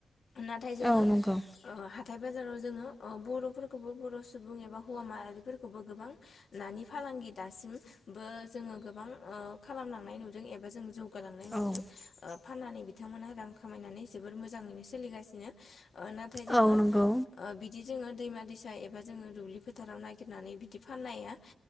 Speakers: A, on the left; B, in the centre.
A: नाथाय जोङो
B: औ नंगौ
A: ओ हाथाय बाजाराव जोङो बर'फोरखौबो बर' सुबुं एबा हौवा माहारिफोरखौबो गोबां नानि फालांगि दासिम बो जोङो गोबां ओ खालामलांनाय नुयो। दों ऐसा जों जौगा लांनाय नुदों
B: औ
A: ओ फानानै बिथांमोना रां खामायनानै जबोर मोजाङैनो सोलिगासिनो। ओ नाथाय जोङो
B: औ नंगौ
A: ओ बिदि जोङो दैमा-दैसा एबा जोङो दुब्लि फोथाराव ननायागिरनानै बिदि फाननाया